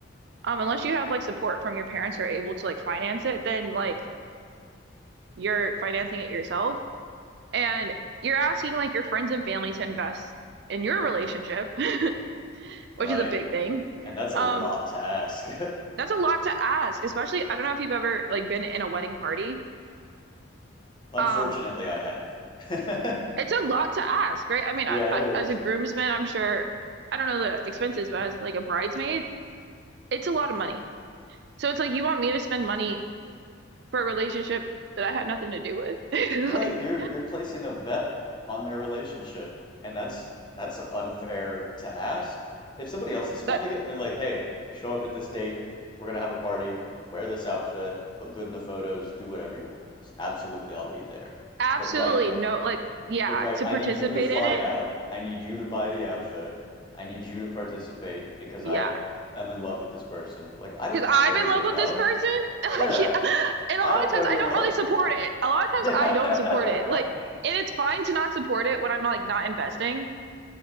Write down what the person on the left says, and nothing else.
Right.
And that's a
lot to ask.
<laughs> Unfortunately,
I have. <laughs>
Yeah,
it is.
Right,
you're you're placing a bet on their relationship, and that's that's unfair to ask. If somebody else is funding
it, they're like, "Hey, show up at this date. We're gonna have a party. Wear this outfit. Look good in the photos. Do whatever you want. Absolutely, I'll be there."
But right,
But right,
I
need you to fly
out. I need you to buy the outfit. I need you to participate because
I am in love with this person. Like, I don't
know
your
love.
Yeah.
I
don't
know
your
love.
Yeah.
<laughs>